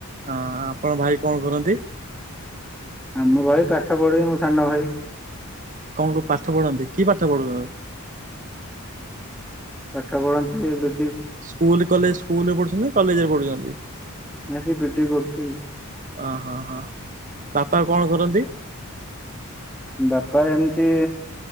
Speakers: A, on the right; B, in the centre.
A: ହଁ ଆପଣଙ୍କ ଭାଇ କଣ କରନ୍ତି।
B: ଆମ ଭାଇ ପାଠ ପଢୁଚି ମୁଁ ସାନ ଭାଇ।
A: କଣ କ ପାଠ ପଢନ୍ତି କି ପାଠ ପଢୁ
B: ପାଠ ପଢନ୍ତି ଇଲେ
A: ସ୍କୁଲ କଲେ ସ୍କୁଲରେ ପଢୁଛନ୍ତି କଲେଜ ରେ ପଢୁଛନ୍ତି।
B: ଆାଇଁ ସେ ବିଟେକ କରୁଛି।
A: ଅ ହଁ ହଁ ବାପା କଣ କରନ୍ତି?
B: ବାପା ଏମିତି